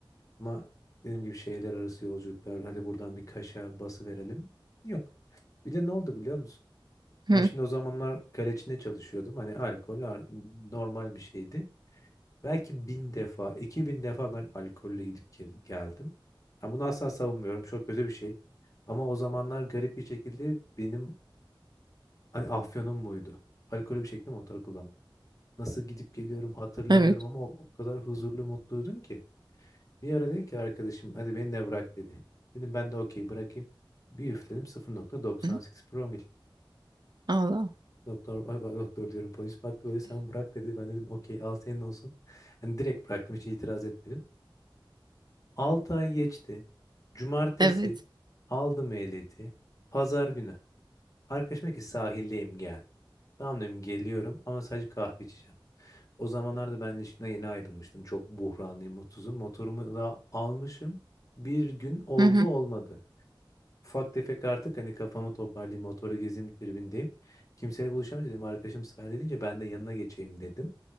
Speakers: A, on the left; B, on the right.
A: ama dediğim gibi şehirler arası yolculuklar hadi buradan bir Kaş'a bası verelim. Yok. Bir de ne oldu biliyor musun?
B: Hı
A: Ben
B: hı.
A: şimdi o zamanlar Kaleçin'de çalışıyordum. Hani alkol ar- normal bir şeydi. Belki bin defa, iki bin defa ben alkolle gidip gel- geldim. Ha bunu asla savunmuyorum. Çok kötü bir şey. Ama o zamanlar garip bir şekilde benim hani afyonum buydu. Alkolü bir şekilde motor kullanmak. Nasıl gidip geliyorum hatırlamıyorum
B: Evet.
A: ama o, o kadar huzurlu mutluydum ki. Bir ara dedi ki arkadaşım hadi beni de bırak dedi. Dedim ben de okey bırakayım. Bir üfledim 0.98
B: Hı.
A: promil.
B: Allah.
A: Doktor, ay, ay, doktor diyorum polis baktı böyle sen bırak dedi. Ben dedim okey al senin olsun. Hani direkt bıraktım hiç itiraz etmedim. 6 ay geçti. Cumartesi
B: Evet.
A: aldım ehliyeti. Pazar günü. Arkadaşım dedi ki sahildeyim gel. Tamam dedim geliyorum ama sadece kahve içeceğim. O zamanlarda ben ilişkimden yeni ayrılmıştım. Çok buhranlıyım, mutsuzum. Motorumu da almışım. Bir gün oldu
B: Hı hı.
A: olmadı. Ufak tefek artık hani kafamı toparlayayım, motoru gezeyim tribindeyim. Kimseyle buluşamayacağım dedim. Arkadaşım sahilde deyince ben de yanına geçeyim dedim.